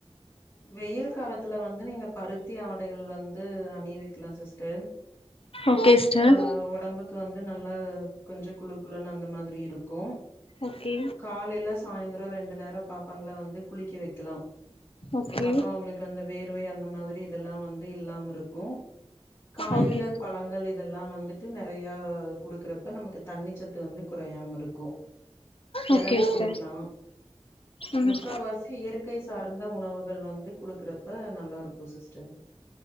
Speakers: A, on the left (about 35°); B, on the left (about 65°).
A: வெயில் காலத்துல வந்து நீங்க பருத்தி ஆடைகள் வந்து அணிவி க்லா சிஸ்டர்
B: ஓகே சிஸ்டர்
A: அ உடம்புக் து வந்து நல்லா கொஞ்ச குழு குழு அந்த மாதிரி இருக்கு
B: ஓகே
A: காலைல சாயந்ரோ ரெண்டு நேரோ பாப்பாங்கள வந்து குளிக்க வைக்கலா
B: ஓகே
A: அப்ப அவுங்களுக்கு அந்த வேர்வை அந்த மாதிரி இதெல்லா வந்து இல்லாம இருக் கு காய்கறிகள்
B: ஓகே
A: பழங்கள் இதெல்லா வந்துட்டு நெறையா குடுக்கறப்ப நமக்கு தண்ணிச்சத்து வந்து கொறையாம இருக்கு இளனி
B: ஓகே சிஸ்டர்
A: குடுக்லா
B: ம்
A: முக்காவாசி இயற் கை சார்ந்த உணவுகள் வந்து குடுக்கறப்பா நல்லாருக்கு சிஸ்டர்